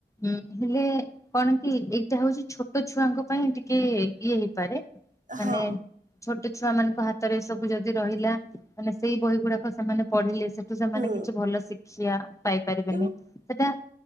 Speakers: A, on the left; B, on the right.
A: ଉଁ ହେଲେ କଣ କି ଏଇଟା ହଉଛି ଛୋଟ ଛୁଆଙ୍କ ପାଇଁ ଟିକେ ଇଏ ହେଇପାରେ ମାନେ
B: ହଁ
A: ଛୋଟ ଛୁଆ ମାନଙ୍କ ହାତରେ ଏ ସବୁ ଯଦି ରହିଲା ମାନେ ସେଇ ବହି ଗୁଡାକ ସେମାନେ ପଢିଲେ ସେଠୁ ସେମାନେ
B: ହୁଁ
A: କିଛି ଭଲ ଶିକ୍ଷା ପାଇପାରିବେନି
B: କିନ୍ତୁ
A: ସେଟା